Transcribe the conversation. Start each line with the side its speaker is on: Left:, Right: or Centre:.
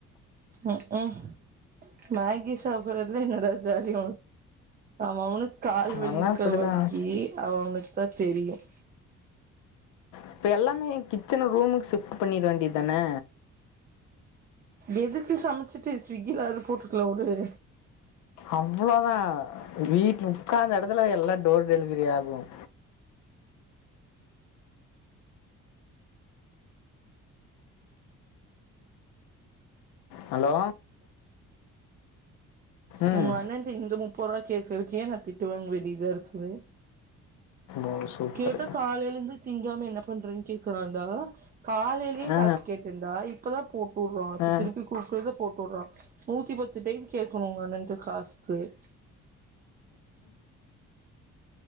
Right: உஹம் உம் மேகி சாப்பிடுறதுலாம் என்ன ஜாலி ஆமா ஆன கால்வலிக்கிற
Left: நல்லா அப்படிதான்
Right: வலிக்கு வலிக்கிற அவங்களுக்கு தான் தெரியும்
Left: இப்ப எல்லாமே கிச்சன் ரூமுக்கு ஷிப்ட்டு பண்ணிட வேண்டியதுதானே
Right: எதுக்கு சமைச்சிட்டு ஸவிக்கிலது போட்டுக்கலாம் வுடு
Left: அவ்வளோதான் வீட்டுல உட்கார்ந்த இடத்துல எல்லாம் டோர் டெலிவரி ஆகும் ஹலோ ம்
Right: உன் அண்ணன் ட நுப்பது ரூபாய் கேக்கறதுக்கே நான் திட்டுவாங்க வேண்டியதா இருக்குது
Left: ஓ சூப்பர்
Right: கேக்க காலையில இருந்து திங்காம என்ன பண்றேன்னு கேக்றான்கா காலையிலே
Left: ஆ
Right: காசு கேட்டுடான் இப்பதான் போ கூப்பிடுவாங்கதிருப்பி
Left: ஆ
Right: கூப்பிட்டு போட்டுறான் நூத்திபத்து டைம் கேட்கணும் உங்க அண்ணன்ட காசு கேட்குறதுக்கு